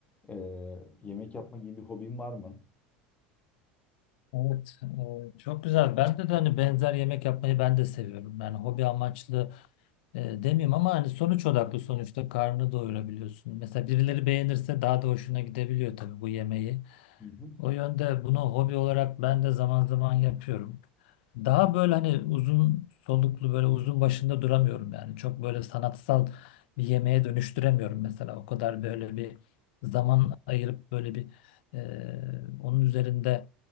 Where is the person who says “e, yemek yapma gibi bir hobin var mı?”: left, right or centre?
Left